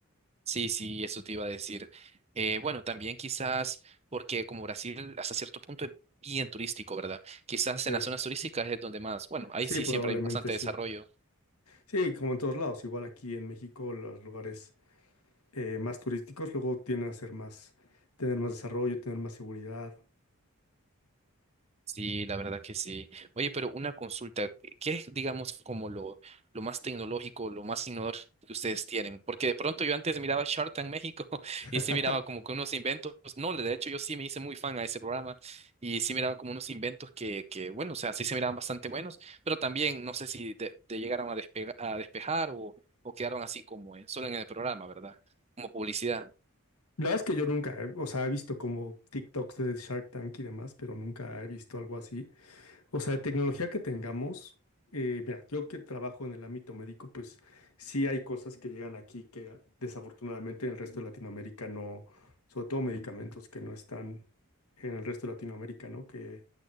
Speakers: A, on the right; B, on the left.
A: Sí, sí, eso te iba a decir. Eh, bueno, también quizás porque como Brasil hasta cierto punto es bien turístico, ¿verdad? Quizás
B: Sí.
A: en las zonas turísticas es donde más, bueno, ahí
B: Sí,
A: sí
B: probablemente
A: siempre hay bastante
B: sí.
A: desarrollo.
B: Sí, como en todos lados, igual aquí en México, los lugares eh, más turísticos luego tienden a ser más, tener más desarrollo, tener más seguridad.
A: Sí, la verdad que sí. Oye, pero una consulta, ¿qué es, digamos, como lo, lo más tecnológico, lo más innovador que ustedes tienen? Porque de pronto yo antes miraba Shark Tank México <laughs>
B: <laughs>
A: y sí miraba como que unos inventos, no, de hecho yo sí me hice muy fan a ese programa y sí miraba como unos inventos que, que bueno, o sea, sí se miraban bastante buenos, pero también no sé si te, te llegaron a, despega- a despejar o, o quedaron así como en- solo en el programa, ¿verdad? Como publicidad.
B: La verdad es que yo nunca, eh, o sea, he visto como TikToks de Shark Tank y demás, pero nunca he visto algo así. O sea, de tecnología que tengamos, eh, mira, yo que trabajo en el ámbito médico, pues sí hay cosas que llegan aquí que desafortunadamente en el resto de Latinoamérica no, sobre todo medicamentos que no están en el resto de Latinoamérica, ¿no? Que,